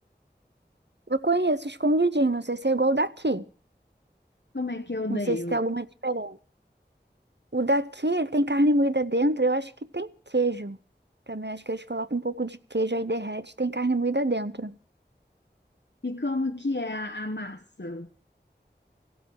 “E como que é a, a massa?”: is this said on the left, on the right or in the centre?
Left